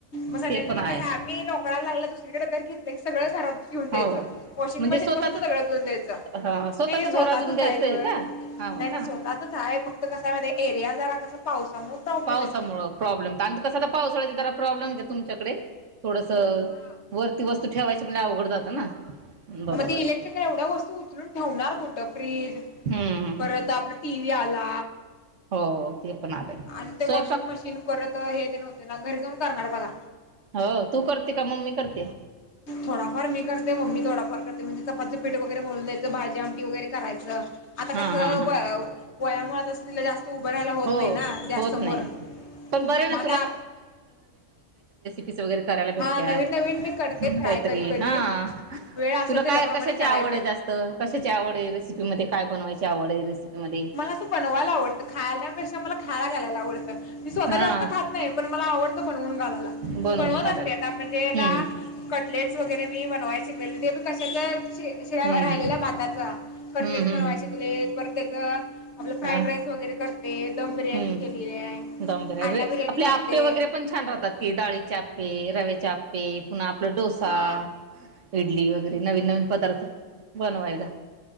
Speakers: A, on the left; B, on the right.
A: मग सध्याच्याला
B: ते पण आहे
A: कस आम्ही नोकराला लागला दुसरीकडे सगळं घरात घेऊन दयायचं
B: हो
A: वॉशिंग
B: म्हणजे
A: मशीन
B: स्वतःच
A: पासून सगळ घऊन् दयायचं. स्वतःच
B: ह घर अजून
A: चआहे
B: घ्यायचंय
A: घर
B: का
A: नाही
B: हो का
A: स्वतःच आहे फक्त कसंय माहितीय का एरिया जरा कस पावसामुळे प्रॉब्लेम
B: पावसामुळं
A: येतोय.
B: प्रॉब्लेम आणि कसं आता पावसाळ्याचे जरा प्रॉब्लेम येतोय तुमच्याकडे थोडसा
A: हा
B: वरती ठेवायची पण अवघड जातं ना. बरोबर
A: मग ते इलेक्ट्रिकल
B: आहे
A: एवढ्या वस्तू उचलून ठेवणार कुठ फ्रीज.
B: हम्म
A: परत आपला टी व्ही आला.
B: हो ते पण आलंय
A: आणि ते
B: स्वयंपाक
A: वॉशिंग मशीन परत हे ते व्हतय ना घरी जाऊन करणार बघा.
B: हो तू करते का मम्मी? करते
A: थोडाफार मी करते मम्मी थोडाफार करते म्हणजे चपातीच पिठ वगैरे मिळून द्यायचं. भाजी, आमटी वगैरे करायचं आता
B: हा
A: कस
B: हा हा
A: व वयामुळे अस जास्त तू उभं राहायला होत
B: हो
A: नाही ना गॅस
B: होत
A: समोर
B: नाही. पण बरं ना
A: मग आता.
B: स वगैरे करायला भेट्यात
A: हा नवीन नवीन मी करते ट्राय
B: काहीतरी
A: कधी कधी
B: हां.
A: वेळ असेल
B: तुला
A: त्याच्याप्रमाणे
B: काय कशाची
A: करायचं
B: आवड आहे जास्त कशाची आवड आहे रेसिपी मध्ये काय बनवायची आवड आहे. रेसिपीमध्ये?
A: मला असं बनवायला आवडतं खाण्यापेक्षा मला खालाया घालायला आवडतं मी स्वतः
B: हा
A: जास्त खात नाही. पण मला आवडत बनवून घालायला
B: बनवून
A: मी बनवत
B: घालाल
A: असते आता म्हणजे आता
B: हम्म
A: कट लेट वगैरे मी बनवायचे शिकलेली. कशा तर श शिळ्या
B: हम्म
A: राहिलेला भाताचा कटलेटस
B: हम्म हम्म
A: बनवाय
B: हम्म.
A: शिकले परत त्याज. आपला फ्राईड
B: हा
A: राईस वगैरे करते. बिर्याणी
B: हम्म
A: केलेली आहे
B: दमदर
A: अंडा बिर्याणी
B: आपले
A: करते
B: आप्पे वगैरे पण छान राहतात की डाळीचे आप्पे. रव्याचे आप्पे पुन्हा आपला डोसा.
A: हा
B: इडली वगैरे नवीन नवीन पदार्थ बनवायला